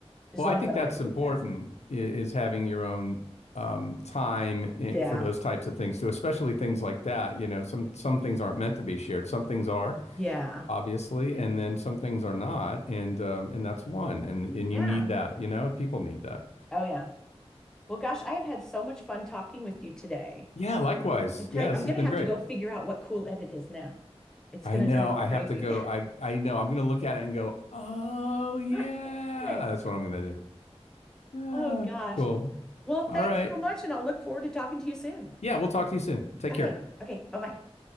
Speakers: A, in the centre; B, on the left.
A: as
B: Well,
A: long
B: I think
A: as I don't
B: that's
A: make a big
B: important
A: mess.
B: i- is having your own um, time i-
A: Yeah.
B: for those types of things too, especially things like that. You know, some some things aren't meant to be shared. Some things are.
A: Yeah.
B: obviously, and then some things are not, and um, and that's one, and and
A: Yeah.
B: you need that, you know, people need that.
A: Oh yeah. Well, gosh, I have had so much fun talking with you today.
B: Yeah, likewise.
A: I tell
B: Yeah,
A: you,
B: this
A: I'm Yeah.
B: has
A: gonna
B: been
A: have
B: great.
A: to go figure out what cool edit is now. It's
B: I
A: gonna
B: know.
A: drive
B: I
A: me crazy.
B: have to go.
A: <laughs>
B: I I know. I'm gonna look at it and go, oh yeah,
A: That's it.
B: that's what I'm gonna do. Ah,
A: Oh gosh.
B: cool.
A: Well, thanks
B: All right.
A: so much, and I'll look forward to talking to you soon.
B: Yeah, we'll talk to you soon. Take
A: Okay.
B: care.
A: Okay. Bye bye.